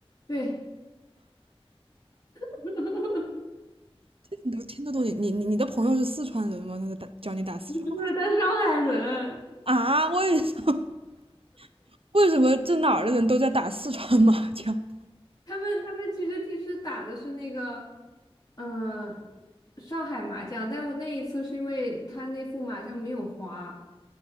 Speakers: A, on the left; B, on the right.
A: 对，<laughs> 不
B: 你都听得懂你你你的朋友是四川人吗？他在打教你打四川话，
A: 是他上海人。
B: 啊？<laughs> 为什么 <laughs>？为什么这哪儿的人都在打四川麻将？
A: 他们他们其实平时打的是那个，嗯、上海麻将，但我那一次是因为他那副麻将没有花，